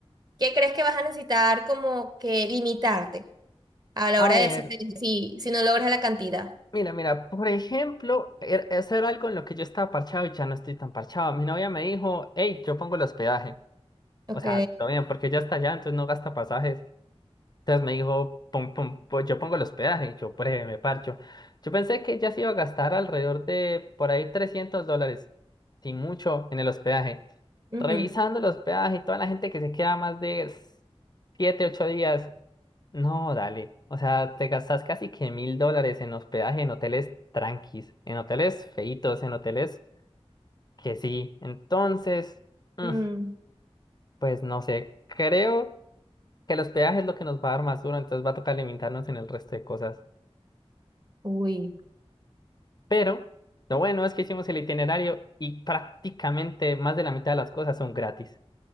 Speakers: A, on the right; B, on the left.
A: ¿qué crees que vas a necesitar como que limitarte a la
B: A
A: hora
B: ver,
A: de decir si, si no logras la cantidad?
B: mira, mira, por ejemplo, er- eso era algo en lo que yo estaba parchado y ya no estoy tan parchado. Mi novia me dijo, hey, yo pongo el hospedaje.
A: Ok.
B: O sea, todo bien, porque ya está allá, entonces no gasta pasajes. Entonces me dijo, pon- pon- pon- yo pongo el hospedaje, yo breve, me parcho. Yo pensé que ya se iba a gastar alrededor de por ahí 300 dólares, sin mucho, en el hospedaje.
A: Ujú.
B: Revisando el hospedaje y toda la gente que se queda más de 7, 8 días, no, dale. O sea, te gastas casi que mil dólares en hospedaje, en hoteles tranquis, en hoteles feitos, en hoteles que sí. Entonces, mm,
A: Mm.
B: pues no sé, creo que los peajes es lo que nos va a dar más duro, entonces va a tocar limitarnos en el resto de cosas.
A: Uy.
B: Pero lo bueno es que hicimos el itinerario y prácticamente más de la mitad de las cosas son gratis.